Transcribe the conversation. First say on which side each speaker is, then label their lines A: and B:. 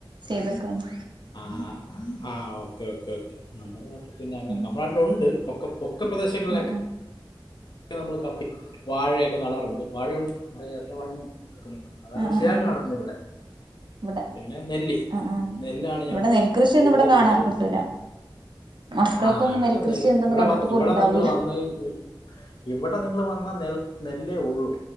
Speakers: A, on the right (about 65°); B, on the left (about 60°).
A: ചെയ്തേക്കാണ്
B: ആഹ് ആ ഓക്കേ ഓക്കെ ഓക്കെ നമ്മള് <unintelligible> പിന്നെ അങ്ങനെ
A: ഉം
B: നമ്മള നാട്ടിലുണ്ട് ഒക്ക പൊക്ക പ്രദേശങ്ങളിലൊക്കെ
A: ഉം ഉം
B: നമ്മള് കപ്പ വാഴയൊക്കെ നടാറുണ്ട് വാഴയുണ്ട് വാഴ ഏത്തവാഴ <unintelligible> അതാണ്
A: ആ
B: കൃഷി
A: ആ
B: ആയിട്ട്
A: ആ
B: നടത്തുന്നേ ഇവിടെ
A: ഇവിടെ
B: പിന്നെ നെല്ല്
A: ആ ആ
B: നെല്ലാണ് ഞങ്ങ്ക്ക്
A: ഇവിടെ നെൽകൃഷിയൊന്നും
B: കൂടുതല്
A: ഇവിടെ കാണാൻ
B: വിളവ്
A: കിട്ടൂല മക്കൾക്കൊന്നും
B: ആ ഇവിടെ
A: നെൽകൃഷി
B: നെൽ
A: എന്തെന്ന്
B: ഇവിടെ
A: കണ്ടിട്ട്
B: വൻ
A: പോലും
B: ഇവിടെ
A: ഉണ്ടാവില്ല
B: നിങ്ങള് വന്ന് ഇത് ഇവിടെ നിങ്ങള് വന്നാ നെൽ നെല്ലേ ഉള്ളൂ